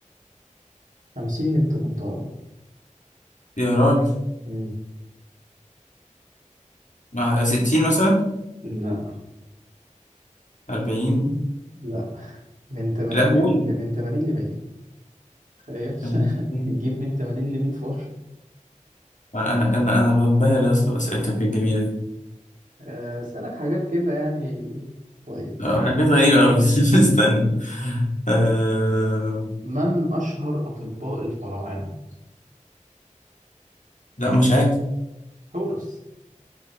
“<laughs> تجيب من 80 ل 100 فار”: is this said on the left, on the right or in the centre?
Right